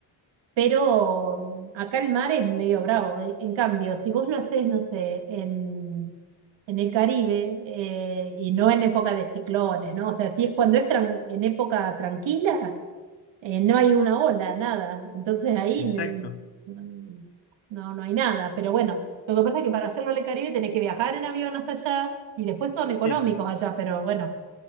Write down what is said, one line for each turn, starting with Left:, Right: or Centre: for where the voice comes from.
Right: Pero mm, acá el mar es medio bravo. En, en cambio, si vos lo haces, no sé, en, en el Caribe, eh, y no en época de ciclones, ¿no? O sea, si es cuando es tran- en época tranquila eh, no hay una ola, nada. Entonces ahí
Left: exacto.
Right: mm, mm, no, no hay nada. Pero bueno, lo que pasa es que para hacerlo en el Caribe tenés que viajar en avión hasta allá y después son económicos
Left: Sí, sí.
Right: allá, pero bueno,